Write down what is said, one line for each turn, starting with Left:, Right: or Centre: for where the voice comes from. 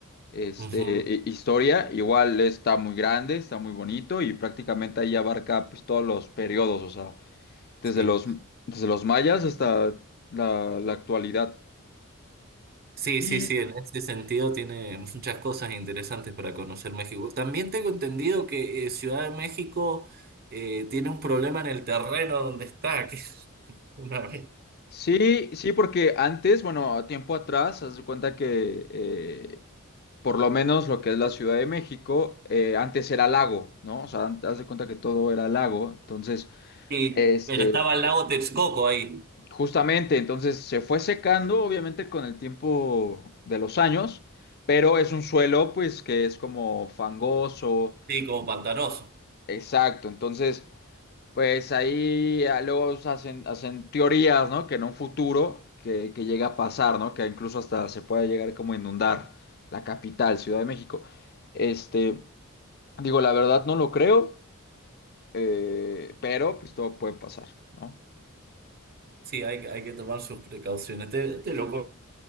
Left: este,
Right: Ujú,
Left: hi- Historia. Igual está muy grande, está muy bonito y prácticamente ahí abarca pues, todos los periodos, o sea,
Right: Sí.
Left: desde los, desde los mayas hasta la, la actualidad.
Right: Sí,
Left: Y
Right: sí, sí, en ese sentido tiene muchas cosas interesantes para conocer México. También tengo entendido que eh, Ciudad de México eh, tiene un problema en el terreno donde está, que es una vez.
Left: sí, sí, porque antes, bueno, a tiempo atrás, haz de cuenta que eh, por lo menos lo que es la Ciudad de México, eh, antes era lago, ¿no? O sea, an- haz de cuenta que todo era lago. Entonces,
Right: Sí,
Left: Este,
Right: <laughs> pero estaba el lago Texcoco ahí.
Left: justamente, entonces se fue secando, obviamente, con el tiempo de los años, pero es un suelo, pues, que es como fangoso,
Right: Sí, como pantanoso.
Left: exacto. Entonces, pues ahí ah, luego se hacen, hacen teorías, ¿no? Que en un futuro que, que llega a pasar, ¿no? Que incluso hasta se pueda llegar como a inundar la capital, Ciudad de México. Este, digo, la verdad no lo creo, eh, pero pues todo puede pasar, ¿no?
Right: Sí, hay, que- hay que tomar sus precauciones. Te, te lo